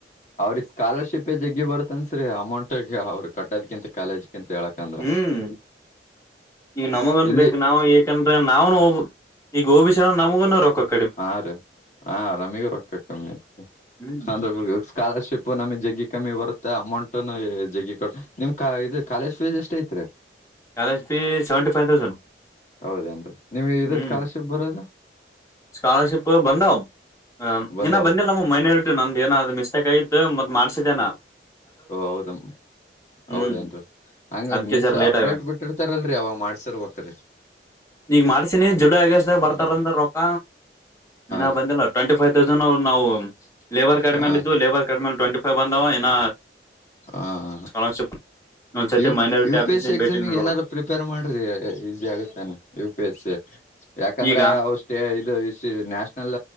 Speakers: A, on the left; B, on the left.
A: ಅವ್ರಿಗೆ ಸ್ಕಾಲರ್ಶಿಪ್ ಜಗ್ಗಿ ಬರುತ್ತನ್ಸ್ರೀ ಅಮೌಂಟ್ ಅವ್ರು ಕಟ್ಟೋದ್ಕಿಂತ ಕಾಲೇಜ್. ಎಂತ ಹೇಳಿಕಂತ
B: ಹ್ಮ್ ಈಗ ನಮಗನ್
A: ಇಲ್ಲಿ
B: ಬೇಕು ನಾವು ಯಾಕಂದ್ರೆ ನಾವುನು ಹೋಬೇಕು ಈಗ ಓ ಬಿ ಸಿ ಅಂದ್ರ ನಮಗೂನು ರೊಕಕ್
A: ಹಾ ರಿ ಹಾ ನಮಗೂ ರೊಕ್ಕ ಕಮ್ಮಿ <unintelligible>
B: ಹ್ಮ್
A: ಸ್ಕಾಲರ್ಶಿಪ್ಪು ನಮಗೆ ಜಗ್ಗಿ ಕಮ್ಮಿ ಬರುತ್ತೆ ಅಮೌಂಟುನು ಜಗ್ಗಿ ಕಮ್ಮಿ ನಿಮ್ ಕ ಇದು ಕಾಲೇಜ್ ಫೀಸ್ ಎಷ್ಟ್ ಐತ್ರಿ.
B: College fee seventy five thousand
A: ಹೌದೇನ್ರಿ ನಿಮ್ಗೆ ಇ
B: ಹ್ಮ್
A: ಸ್ಕಾಲರ್ಶಿಪ್ ಬರೋದು.
B: ಸ್ಕಾಲರ್ಶಿಪ್ ಬಂದಾವ ಆ
A: ಬಂದವು
B: ಇನ್ನ ಬಂದಿಲ್ಲ ನಮಗ್ ಮೈನಾರಿ ಟಿ ನಂದ್ ಏನಾದ್ ಮಿಸ್ಟೇಕ್ ಆಗಿತ್ ಮತ್ ಮಾಡ್ಸಿದ್ದೇನ.
A: ಓ ಹೌದ
B: ಹ್ಮ್
A: ಹೌದೇನ್ರೀ ಹಂಗ
B: ಅದ್ಕ್ಕೆ
A: ಮಿಸ್
B: ಜರ ಲೇಟ್
A: ಅಪ್ಡೇಟ್
B: ಆಗ
A: ಬಿಟ್ ಟಿರ್ತಾರಲ್ರಿ ಅವಾಗ ಮಾಡ್ಸರ್ ಹೊಕ್ರರಿ.
B: ಈಗ್ ಮಾಡ್ಸಿನಿ ಜುಲೈ ಆಗಷ್ಟ್ ದಾಗ್ ಬರ್ತಾರಂದ್ರ
A: ಹಾ
B: ರೊಕ್ಕ ಇನ್ನ
A: ರೀ
B: ಬಂದಿಲ್ಲ ಅದ್. ಟ್ವೆಂಟಿ ಫೈವ್ ತೌಸಂಡ್ ನಾವು ಲೇಬರ್ ಕಾರ್ಡ್
A: ಹಾ
B: ಮಾಡಿತ್ತು
A: ರೀ
B: ಲೇಬರ್ ಕಾರ್ಡ್ ಮೇಲೆ ಟ್ವೆಂಟಿ ಫೈವ್ ಬಂದವ ಇನ್ನ
A: ಹಾ ಹಾ
B: ಸ್ಕಾಲರ್ಶಿಪ್ ಒಂದ್ಸತಿ
A: U
B: minority
A: U
B: ಆಫೀಸಿಗೆ
A: P S C ಎಕ್ಸಾಮಿಗೆ
B: ಭೇಟಿ ನೀಡ್ಬೇಕು
A: ಏನಾರ ಪ್ರಿಪೇರ್ ಮಾಡ್ರಿ ಈಸಿ ಆಗುತ್ತೇನೆ ಯು ಪಿ ಎಸ್ ಸಿ ಯಾಕಂದ್ರೆ
B: ಈಗ
A: ಅವ್ ಸ್ಟೇ ಇದು ಇದು ನ್ಯಾಷನಲ್